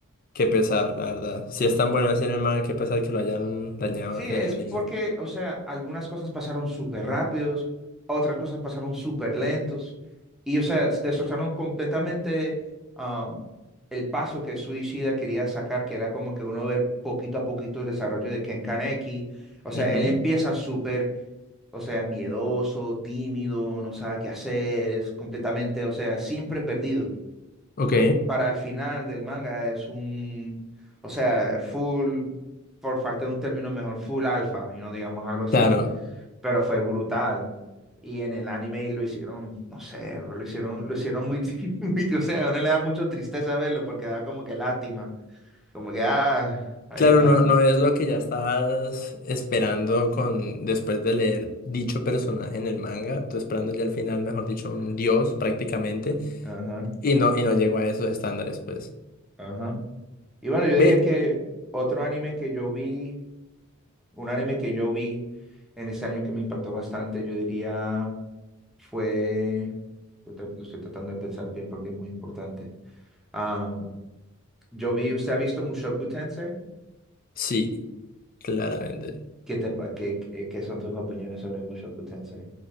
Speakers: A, on the left (about 40°); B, in the centre.
A: Qué pesar, la verdad. Si es tan bueno el cinema, qué pesar que lo hayan dañado
B: Sí,
A: en
B: es
A: el anime.
B: porque, o sea, algunas cosas pasaron súper rápidos, otras cosas pasaron súper lentos y, o sea, destrozaron completamente um, el paso que Suicida quería sacar, que era como que uno ver poquito a poquito el desarrollo de Ken Kaneki. O sea,
A: Ujú.
B: él empieza súper O sea, miedoso, tímido, no sabe qué hacer, es completamente, o sea, siempre perdido.
A: Ok,
B: Para el final del manga es un, o sea, full, por falta de un término mejor, full alfa, y no digamos algo así.
A: claro.
B: Pero fue brutal. Y en el anime lo hicieron, no sé, bro, lo hicieron, lo hicieron muy, <laughs> muy- o sea, a uno le da mucho tristeza verlo porque da como que lástima, como que, ah, ahí
A: Claro,
B: está.
A: no, no es lo que ya estás esperando con después de leer dicho personaje en el manga. Tú esperando ya al final, mejor dicho, un dios prácticamente.
B: Ajá,
A: Y no, y no llegó a esos estándares, pues.
B: ajá. Y bueno, yo diría
A: Ve,
B: que otro anime que yo vi. Un anime que yo vi en ese año que me impactó bastante, yo diría, fue, lo estoy lo estoy tratando de pensar bien porque es muy importante. Ah, yo vi, ¿usted ha visto Mushoku Tensei?
A: sí, claramente.
B: ¿Qué te, pa- qué, qué- qué son tus opiniones sobre Mushoku Tensei?